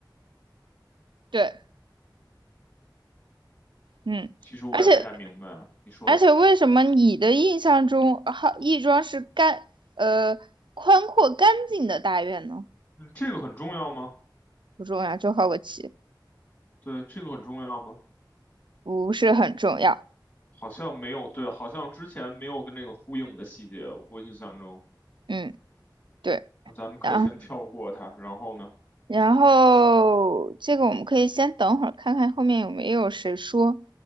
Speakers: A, on the right (about 85°); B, on the left (about 40°).
A: 对，嗯，
B: 其实我也没太明白啊。
A: 而且
B: 你说，
A: 而且为什么你的印象中，好，亦庄是干，呃，宽阔干净的大院呢？
B: 嗯，这个很重要吗？
A: 不重要，就好个奇，
B: 对，这个很重要吗？
A: 不是很重要。
B: 好像没有，对，好像之前没有跟那个呼应的细节，我印象中。
A: 嗯，对。
B: 那咱们可以先跳过它，
A: 然
B: 然后呢？
A: 然后这个我们可以先等会儿看看后面有没有谁说。